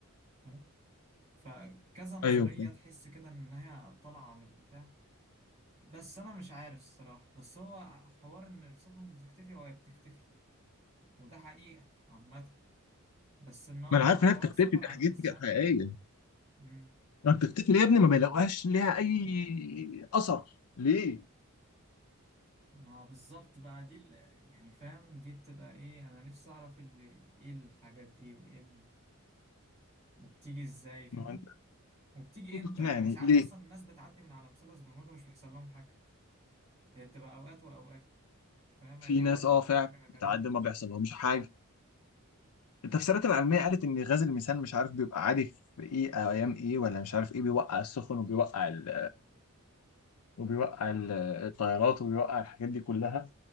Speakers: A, on the right; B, on the left.
A: فاهم فكذا نظرية
B: ايوه فاهم.
A: تحس كده ان هي طالعة على البتاع بس انا مش عارف الصراحة بس هو حوار ان السفن بتختفي وهي بتختفي وده حقيقة عامة بس ان هم
B: ما انا عارف
A: حوار
B: انها بتختفي
A: سفر
B: دي
A: عبر
B: حاجات
A: الزمن
B: حقيقيه
A: مم.
B: ما بتختفي ليه يا ابني ما بيلاقوهاش ليها اي اثر ليه
A: ما بالظبط بقى دي ال- يعني فاهم دي بتبقى ايه انا نفسي اعرف ال- ايه الحاجات دي وايه ال- وبتيجي ازاي فاهم
B: ما هو انت
A: وبتيجي
B: لازم
A: امتى
B: تقنعني
A: يعني ساعات
B: ليه
A: اصلا الناس بتعدي من على مثلث برمودا مش بيحصل لهم حاجه هي بتبقى اوقات واوقات فاهمة
B: في
A: دي برضو
B: ناس اه فعلا
A: حاجه غريبه
B: بتعدي ما بيحصل لهمش حاجه التفسيرات العلمية قالت إن غاز الميثان مش عارف بيبقى عادي في إيه أو أيام إيه ولا مش عارف إيه بيوقع السفن وبيوقع ال... وبيوقع ال... الطيارات وبيوقع الحاجات دي كلها